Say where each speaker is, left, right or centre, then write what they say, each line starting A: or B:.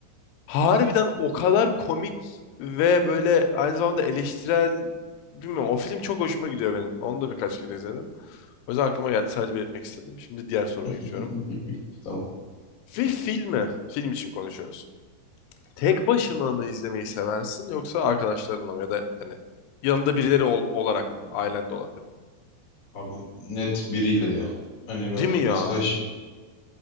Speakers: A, on the left (about 85°); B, on the left (about 55°).
A: Harbiden o kadar komik ve böyle aynı zamanda eleştirel bilmiyorum o film çok hoşuma gidiyor benim. Onu da birkaç kere izledim. O yüzden aklıma geldi sadece belirtmek istedim. Şimdi diğer soruma geçiyorum.
B: <laughs> Tamam
A: Bir filmi, film için konuşuyoruz. Tek başıma mı izlemeyi seversin yoksa arkadaşlarınla mı ya da hani yanında birileri ol- olarak mı? Ailen de olabilir.
B: abi net biriyle ya. Hani ben
A: Değil mi ya?
B: mesela şey...